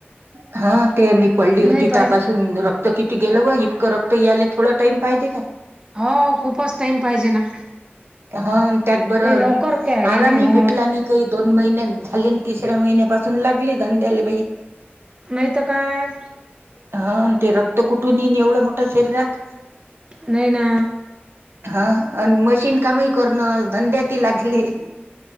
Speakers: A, on the right; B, on the right.
A: हा ते मी पडली होती
B: नाही पाहिजे
A: त्यापासून. तर किती गेलं ग इतकं रक्त याय थोडा टाम पाहिजे काय.
B: हो खूपच टाइम पाहिजे ना.
A: हा त्यात बरबर
B: ते लवकर काय हे
A: आरामी
B: नाही होत
A: भेटला नाही काही. दोन महिन्या झाले आणि तिसऱ्या महिन्यापासून लागली धंद्याला बाई.
B: माहत काय.
A: हा ते रक्त कुटून एवढं मोठं शरीरात.
B: नाही ना
A: हा आणि मजा न कामही करण धंद्या त लागली.